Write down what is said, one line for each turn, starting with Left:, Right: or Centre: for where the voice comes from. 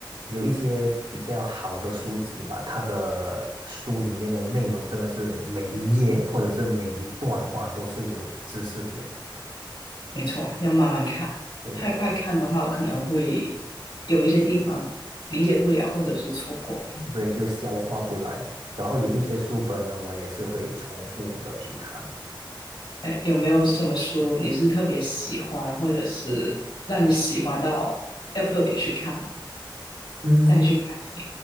Right: 有一些比较好的书籍吧，它的书里面的内容真的是每一页或者是每一段话都是有知识点，
Left: 没错，要慢慢看。
Right: 对，
Left: 太快看的话，
Right: 然后
Left: 可能会有一些地方理解不了，或者是错过。
Right: 嗯对就消化不来。然后有一些书本呢，我也是会重复的去看。
Left: 哎，有没有什么书你是特别喜欢，或者是让你喜欢到要特别去看，
Right: 嗯，
Left: 再去看？